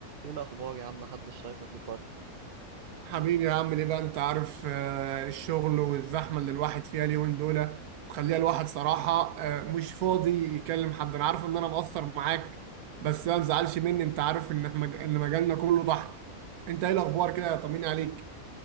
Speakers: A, on the right; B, on the right.
A: ايه الاخبار يا عم محدش شايفك ليك فتره
B: حبيبي يا عم ليه بقى انت عارف آه، الشغل والزحمه اللي الواحد فيها اليومين دول مخليها الواحد صراحه آه، مش فاضي يكلم حد انا عارف ان انا مقصر معاك بس ما تزعلش مني انت عارف ان مج... ان مجالنا كله ضحك انت ايه الاخبار كده طمني عليك